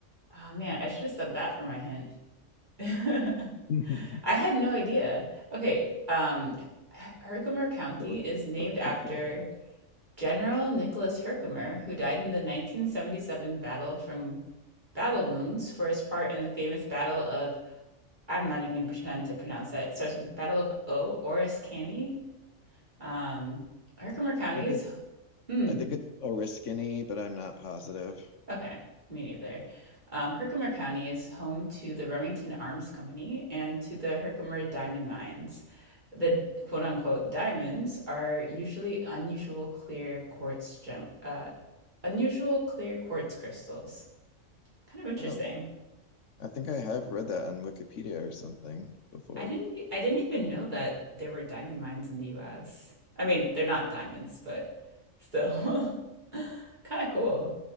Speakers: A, on the right; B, on the left.
A: Oh man, I should have said that for my hint. <laughs> I
B: <laughs>
A: had no idea. Okay, um, H- Herkimer County
B: So it's
A: is named
B: so it's
A: after.
B: Herkimer.
A: General Nicholas Herkimer, who died in the 1977 battle from battle wounds for his part in the famous Battle of, I'm not even going to pretend to pronounce that. It starts with the Battle of O, Oris Canny. Um, Herkimer County
B: I think
A: is,
B: it
A: hmm,
B: I think it's Oriskany, but I'm not positive.
A: okay, me neither. Um, Herkimer County is home to the Remington Arms Company and to the Herkimer Diamond Mines. The quote unquote diamonds are usually unusual clear quartz gem, uh, unusual clear quartz crystals. Kind of interesting.
B: Oh, I think I have read that on Wikipedia or something before.
A: I didn't e- I didn't even know that there were diamond mines in the US. I mean, they're not diamonds, but still <laughs> kind of cool.